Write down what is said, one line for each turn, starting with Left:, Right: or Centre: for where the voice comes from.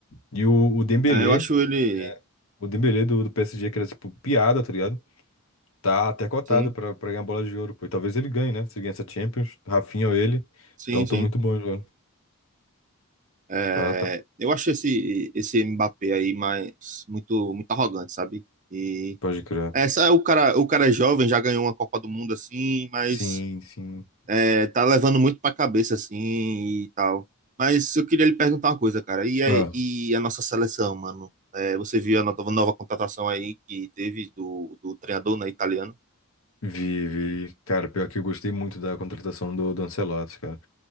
Left: E o, o Dembélé,
Right: é, eu acho ele.
Left: é, o Dembélé do, do PSG, que era tipo piada, tá ligado? Tá até cotado
Right: Sim,
Left: pra, pra ganhar bola de ouro, pô. E talvez ele ganhe, né? Se ele ganhar essa Champions, Rafinha ou ele.
Right: sim,
Left: Então tô
Right: sim.
Left: muito bom, né, velho.
Right: É,
Left: Tá, tá,
Right: eu acho esse, esse Mbappé aí mais, muito, muito arrogante, sabe? E.
Left: pode crer.
Right: Essa, o cara, o cara é jovem, já ganhou uma Copa do Mundo assim, mas
Left: Sim, sim.
Right: é, tá levando muito pra cabeça, assim, e tal. Mas eu queria lhe perguntar uma coisa, cara. E a,
Left: Ah.
Right: e a nossa seleção, mano? É, você viu a nova, nova contratação aí que teve do, do treinador, né, italiano?
Left: Vi, vi. Cara, pior que eu gostei muito da contratação do, do Ancelotti, cara.